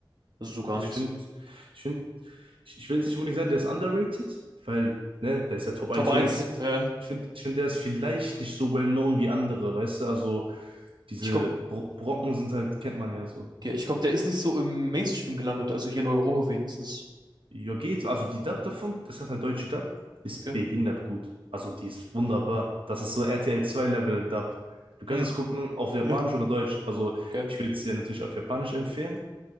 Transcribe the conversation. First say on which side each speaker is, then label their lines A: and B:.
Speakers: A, on the right; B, on the right.
A: Also so gar
B: Ja, Also
A: nichts.
B: ich finde, ich finde, ich, ich will jetzt nicht unbedingt sagen, der ist underrated, weil, ne, der ist ja Top eins
A: Top eins,
B: rated.
A: ja.
B: Ich finde, ich finde der ist vielleicht nicht so well known wie andere, weißt du? Also diese
A: Ich glaube,
B: Bro Brocken sind halt, kennt man ja so.
A: ja ich glaube, der ist nicht so im Mainstream gelandet, also hier in Europa wenigstens.
B: Ja, geht. Also die Dub davon, das hat halt deutsche Dub, ist
A: Okay.
B: behindert gut. Also die ist wunderbar. Das ist so RTL 2 Level Dub. Du kannst
A: Hm.
B: es gucken auf Japanisch
A: Ja.
B: oder Deutsch. Also
A: Okay.
B: ich würde es dir natürlich auf Japanisch empfehlen.